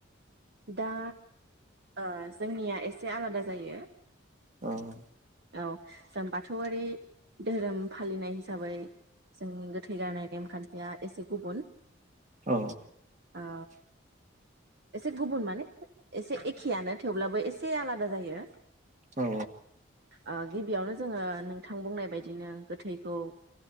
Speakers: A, on the right; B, on the right.
A: दा ओ जोंनिया एसे आलादा जायो
B: औ
A: औ जों बाथौआरि दोहोरोम फालिनाय हिसाबै जोंनि गोथै गारनाय नेमखान्थिया एसे गुबुन
B: औ
A: ओ एसे गुबुन माने एसे एखेआनो थेवब्लाबो एसे आलादा जायो।
B: औ
A: ओ गिबियावनो जोङो नोंथां बुंनाय बायदिनो गोथैखौ